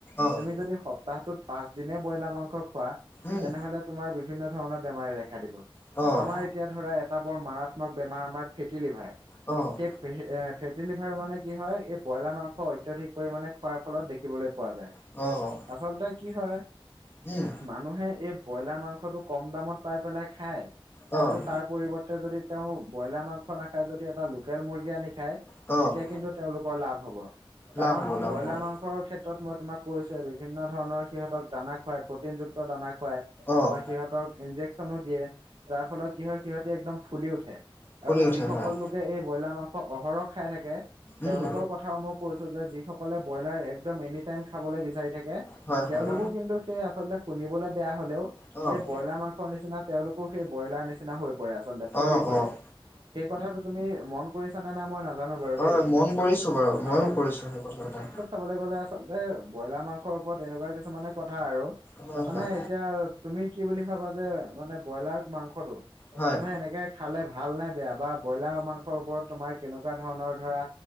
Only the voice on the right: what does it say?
তুমি যদি সপ্তাহটোত পাঁচ দিনে ব্ৰইলাৰ মাংস খোৱা
তেনেহলে তোমাৰ বিভিন্ন ধৰণৰ বেমাৰে দেখা দিব,
আমাৰ এতিয়া ধৰ তাৰ এটা বৰ মাৰাত্মক বেমাৰ আমাৰ ফেটি লিভাৰ
সেই ফে এ ফেটি লিভাৰ মানে কি হয়? এই ব্ৰইলাৰ মাংস অত্যাধিক পৰিমাণে খোৱাৰ ফলত দেখিবলৈ পোৱা যায়।
আচলতে কি হয়
মানুহে এই ব্ৰইলাৰ মাংসটো কম দামত পাই পেলাই খায়
কিন্তু তাৰ পৰিৱৰ্তে যদি তেওঁ ব্ৰইলাৰ মাংস নাখায় যদি এটা লোকেল মুৰ্গী আনি খায়
তেতিয়া কিন্তু তেওঁলোকৰ লাভ হব। কাৰণ
ব্ৰইলাৰ
মাংসৰ ক্ষেত্ৰত মই তোমাক কৈছো বিভিন্ন ধৰণৰ সিহঁতক দানা। খাৱাই প্ৰটিনযুক্ত দানা খোৱাই।
বা সিহঁতক ইন্জেকচনো দিয়ে যাৰ ফলত কি হয় সিহঁতে একদম ফুলি উঠে।
আৰু
যিসকল
লোকে এই ব্ৰইলাৰ মাংস অহৰহ। খাই থাকে
তেওঁলোকৰ কথাও মই কৈছো যে যি সক সকলে ব্ৰইলাৰ একদম এনি টাইম খাবলৈ বিচাৰি থাকে
তেওঁলোকো কিন্তু। সেই আচলতে শুনিবলে বেয়া হলেও।
এই ব্ৰইলাৰ মাংসৰ নিচিনা তেওঁলোকো সেই ব্ৰইলাৰ নিচিনা হৈ পৰে আচলতে ফুলি
পৰে।
সেই কথাটো তুমি মন কৰিছা নে নাই মই নাজানো বাৰু
দেই
হয়।
চাবলৈ গ'লে আচলতে ব্ৰইলাৰ মাংসৰ ওপৰত এনেকুৱা কিছুমানে কথা আৰু
মানে
এতিয়া- তুমি কি বুলি খাবা যে মানে ব্ৰইলাৰ মাংসতটো
মানুহে এনেকে খালে ভাল। ভাল নে বেয়া বা ব্ৰইলাৰ মাংসৰ ওপৰত তোমাৰ কেনেকুৱা ধৰণৰ ধৰা।